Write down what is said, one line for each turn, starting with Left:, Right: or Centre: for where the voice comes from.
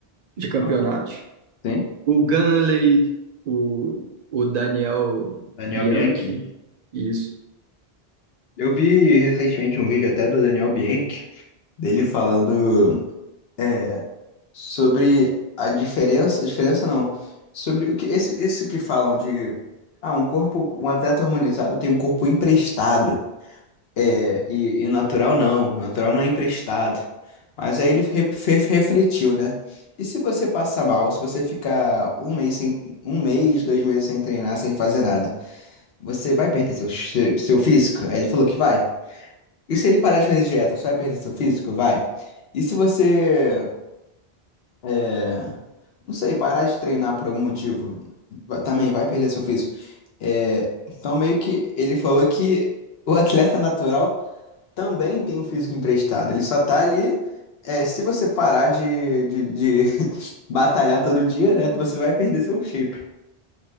Right: De campeonatos.
Left: Aham. Sim,
Right: O Ganley, o, o Daniel
Left: Daniel
Right: Bianchi,
Left: Bianchi.
Right: isso.
Left: eu vi recentemente um vídeo até do Daniel Bianchi, dele falando é, sobre a diferença, a diferença não, sobre o que esse, isso que falam de ah, um corpo, um atleta hormonizado tem um corpo emprestado. É, e, e natural não, natural não é emprestado. Mas aí ele re- fe- refletiu, né? E se você passar mal, se você ficar um mês sem, um mês, dois meses sem treinar, sem fazer nada, você vai perder seu, seu, seu físico? Aí ele falou que vai. E se ele parar de fazer dieta, você vai perder seu físico? Vai. E se você, é, não sei, parar de treinar por algum motivo, va- também vai perder seu físico. É, então meio que ele falou que o atleta natural também tem um físico emprestado. Ele só tá ali. é, se você parar de, de, de <laughs> batalhar todo dia, né? Você vai perder seu shape.